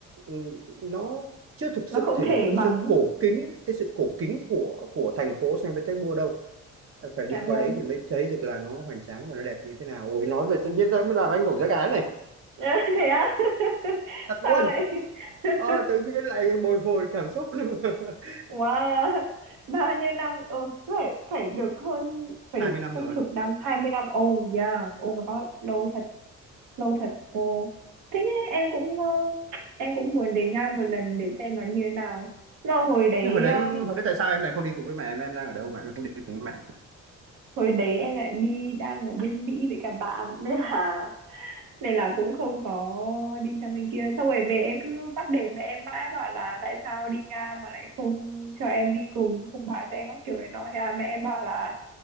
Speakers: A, on the right; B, on the right.
A: ừm, nó chưa thực
B: nó
A: sự
B: không
A: thể
B: thể
A: hiện được cái
B: bằng
A: sự cổ kính cái sự cổ kính của của thành phố Saint Petersburg đâu Em phải đi
B: dạ
A: qua
B: vâng
A: đấy thì mới thấy được là nó hoành tráng và nó đẹp như thế nào ôi nói về tự nhiên ra mới làm anh nổi da gà này
B: Nhá, thế á <laughs>
A: thật luôn
B: sao lại <laughs>
A: ờ tự nhiên lại bồi hồi cảm xúc <laughs>
B: wow bao nhiêu năm Ồ, phải phải được hơn phải
A: hai
B: được
A: mươi năm
B: hơn
A: rồi
B: chục năm hai mươi năm ồ yeah oh my god lâu thật lâu thật cô thế nhá, em cũng ờ, em cũng muốn đến Nga một lần để xem nó như thế nào là hồi đấy
A: nhưng hồi đấy
B: ờ,
A: hồi đấy tại sao em lại không đi cùng với mẹ em em đang ở đâu mà em không đi cùng với mẹ
B: hồi đấy em lại đi đang ở bên Mỹ với cả bạn nên là nên là cũng không có đi sang bên kia xong rồi về em cứ bắt đền mẹ em mãi bảo là tại sao đi Nga mà lại không cho em đi cùng không báo cho em các kiểu này nọ thế là mẹ em bảo là